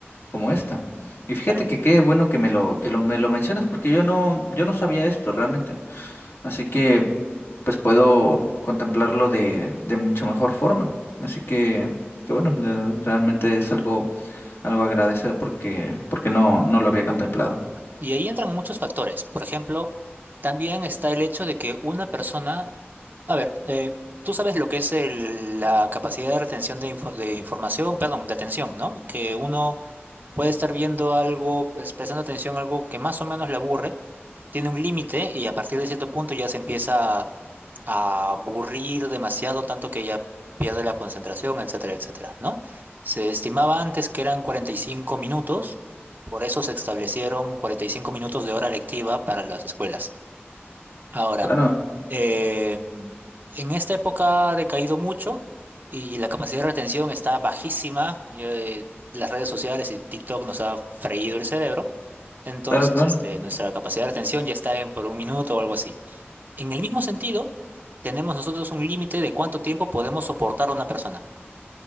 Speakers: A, on the left (about 65°); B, on the right (about 45°).
A: como esta. Y fíjate
B: claro.
A: que qué bueno que me lo, que lo, me lo mencionas porque yo no, yo no sabía esto realmente. Así que pues puedo contemplarlo de, de mucha mejor forma. Así que, que bueno, de- realmente es algo, algo a agradecer porque, porque no, no lo había contemplado.
B: Y ahí entran muchos factores. Por ejemplo, también está el hecho de que una persona, a ver, eh, tú sabes lo que es el- la capacidad de retención de, info- de información, perdón, de atención, ¿no? Que uno puede estar viendo algo, pues, prestando atención a algo que más o menos le aburre, tiene un límite y a partir de cierto punto ya se empieza a aburrir demasiado, tanto que ya pierde la concentración, etcétera, etcétera, ¿no? Se estimaba antes que eran 45 minutos, por eso se establecieron 45 minutos de hora lectiva para las escuelas. Ahora,
A: Claro,
B: eh, en esta época ha decaído mucho y la capacidad de retención está bajísima. y, eh, las redes sociales y TikTok nos ha freído el cerebro. Entonces,
A: claro, claro,
B: este, nuestra capacidad de retención ya está en por un minuto o algo así. En el mismo sentido, tenemos nosotros un límite de cuánto tiempo podemos soportar a una persona,